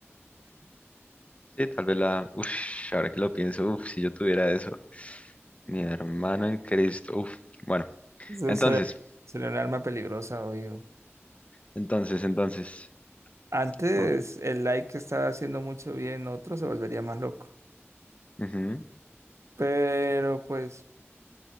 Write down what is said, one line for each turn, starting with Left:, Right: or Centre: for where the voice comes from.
Left: sí, tal vez la. Uf, ahora que lo pienso, uf, si yo tuviera eso. Mi hermano en Cristo. Uf, bueno.
Right: Eso
Left: Entonces,
Right: sería, sería un arma peligrosa, obvio.
Left: entonces, entonces.
Right: Antes
Left: Oh,
Right: el like que estaba haciendo mucho bien, otro se volvería más loco.
Left: ujú.
Right: Pero pues